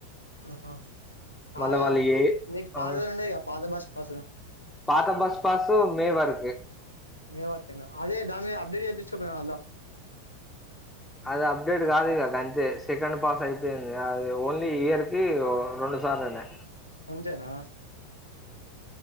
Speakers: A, on the left (about 85°); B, in the centre.
A: ఆహా! కాదు
B: మళ్ళా వాళ్ళు ఏ
A: మీకు
B: ఆ
A: పాతది ఉండే కదా బస్ పాస్.
B: పాత బస్ పాస్ మే వరకే
A: మే వరకేనా అదే దాని మీద అప్డేట్ చెప్పించుకోకపోయినావా అందులో
B: అది అప్డేట్ కాదు ఇక అంతే సెకండ్ పాస్ అయిపోయింది. అది ఓన్లీ ఇయర్ కి రెండు. చాలానే
A: అంతేనా